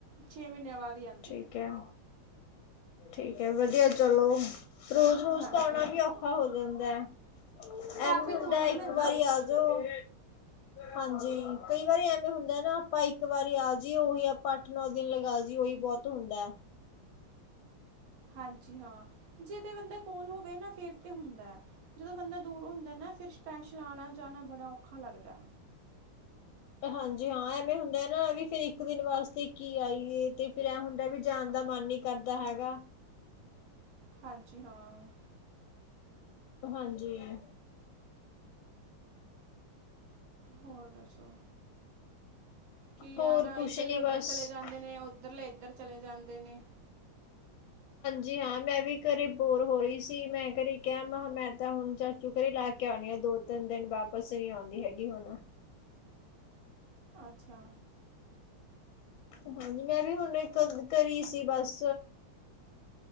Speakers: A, on the right; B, on the left.
A: ਛੇ ਮਹੀਨਿਆਂ ਬਾਅਦ? ਹੀ ਆਉਂਦੀ
B: ਠੀਕ ਹੈ। ਠੀਕ ਹੈ ਵਧੀਆ ਚਲੋ ਰੋਜ਼ ਰੋਜ਼
A: ਹਾਂਜੀ
B: ਤਾਂ ਆਉਣਾ ਵੀ ਔਖਾ ਹੋ ਜਾਂਦਾ। ਦਾ <unintelligible>
A: ਕਾਫੀ
B: ਐਮ ਹੁੰਦਾ
A: ਦੂਰ
B: ਇੱਕ
A: ਨੇ ਨਾ
B: ਵਾਰੀ ਆ ਜੋਓ ਹਾਂਜੀ ਕਈ ਵਾਰੀ ਐਵੇਂ ਹੁੰਦਾ ਨਾ ਆਪਾਂ ਇੱਕ ਵਾਰੀ ਆ ਜੀਏ ਉਹੀ ਆਪਾਂ ਅੱਠ ਨੌ ਦਿਨ ਲਗਾ ਜੀਏ ਉਹੀ ਬਹੁਤ ਹੁੰਦਾ।
A: ਹਾਂਜੀ ਹਾਂ। ਜੇ ਤੇ ਬੰਦਾ ਕੋਲ ਹੋਵੇ ਨਾ ਫੇਰ ਤੇ ਹੁੰਦੈ ਜਦੋਂ ਬੰਦਾ ਦੂਰ ਹੁੰਦੈ ਨਾ ਫਿਰ ਸਪੈਸ਼ ਲਾਣਾ ਜਾਣਾ ਬੜਾ ਔਖਾ ਲੱਗਦਾ।
B: ਹਾਂਜੀ ਹਾਂ ਐਵੇਂ ਹੁੰਦਾ ਨਾ ਵੀ ਫਿਰ ਇੱਕ ਦਿਨ ਵਾਸਤੇ ਕੀ ਆਈਏ ਤੇ ਫਿਰ ਇਹ ਹੁੰਦਾ ਵੀ ਜਾਣ ਦਾ ਮਨ ਨੀ ਕਰਦਾ ਹੈਗਾ।
A: ਹਾਂਜੀ ਹਾਂ
B: ਹਾਂਜੀ
A: ਹੋਰ ਦੱਸੋ ਕੀ
B: ਹੋਰ
A: ਆ ਨਾ
B: ਕੁਛ
A: ਇਧਰਲੇ
B: ਨੀ
A: ਉਧਰ
B: ਬਸ
A: ਚਲੇ ਜਾਂਦੇ ਨੇ ਓਧਰਲੇ ਇਧਰ ਚਲੇ ਜਾਂਦੇ ਨੇ
B: ਜੀ ਹਾਂ ਮੈਂ ਵੀ ਘਰੇ ਬੋਰ ਹੋ ਰਹੀ ਸੀ ਮੈਂ ਘਰੇ ਕਿਹਾ ਮੈ ਮੈਂ ਤਾਂ ਹੁਣ ਚਾਚੂ ਘਰੇ ਲਾ ਕੇ ਆਉਣੀ ਆ ਦੋ ਤਿੰਨ ਦਿਨ ਵਾਪਿਸ ਨਹੀਂਆਉਂਦੀ ਹੈਗੀ ਹੁਣ
A: ਅੱਛਾ
B: ਹਾਂਜੀ ਮੈਂ ਵੀ ਹੁਣ ਇੱਕ ਕਰੀ ਸੀ ਬਸ